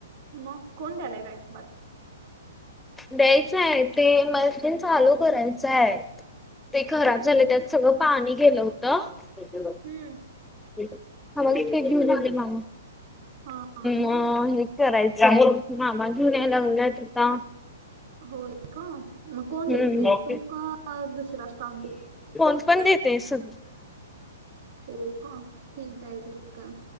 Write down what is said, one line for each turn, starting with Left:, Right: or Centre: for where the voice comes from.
Right: मग कोण द्यायलय वॅक्स बाथ
Centre: द्यायचाय ते मशीन चालू करायचाय ते खराब
Right: हम्म
Centre: झालय त्याचं सगळं पाणी गेलं होत. त्याच्यान
Right: हम्म
Centre: हा मला केक घेऊन ये दे मामा
Right: हा मग
Centre: मं हे करायचा आहेत मामा घेऊन यायलागलेत आता
Right: होय का म कोण देतय
Centre: हम्म
Right: तू का दुसरा स्टॉफ देत
Centre: कोण पण देतय सगळं
Right: होय का ठीक हाय ठीक का